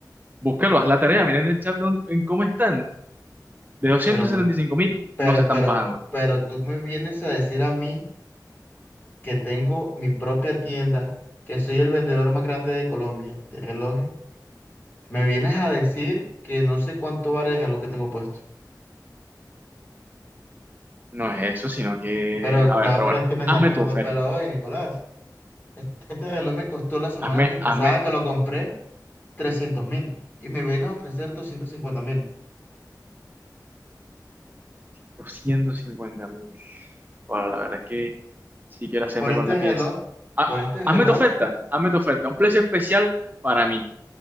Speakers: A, on the right; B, on the left.
A: búscalo, haz la tarea, miren el chat don- en cómo están. De doscientos
B: Pero, me-
A: setenta y cinco mil
B: pero,
A: no se están
B: pero,
A: bajando.
B: pero tú me vienes a decir a mí que tengo mi propia tienda, que soy el vendedor más grande de Colombia de relojes. Me vienes a decir que no sé cuánto vale el reloj que tengo puesto.
A: No es eso, sino que,
B: Pero no,
A: a ver, pero
B: pero
A: bueno,
B: es que me estás
A: hazme
B: tomando
A: tu oferta,
B: el pelo hoy, Nicolás. Este, este reloj me costó la semana
A: hazme,
B: antes pasada
A: hazme
B: que lo compré. trescientos mil y me vienen a ofrecer doscientos cincuenta mil.
A: doscientos cincuenta mil. Bueno, la verdad es que sí quiero hacerme
B: Por este
A: con la pieza.
B: reloj,
A: Ah,
B: por este reloj,
A: hazme tu oferta, hazme tu oferta. Un precio especial para mí,